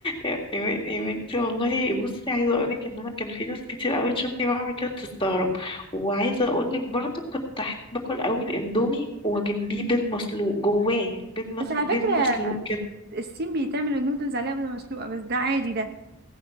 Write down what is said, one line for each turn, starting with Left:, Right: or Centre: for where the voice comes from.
Left: يا يا بنت- يا بنتي والله بصي عايزه اقولك ان انا كان في ناس كتير قوي تشوفني بعمل كده تستغرب وعايزه اقولك برضو كنت احب باكل قوي الاندومي وجنبيه بيض مسلوق جواه بيض
Right: بس على
Left: بيض
Right: <laughs> فكرة
Left: مسلوق
Right: الصين بيتعملوا النودلز عليها بيضة مسلوقة بس ده عادي ده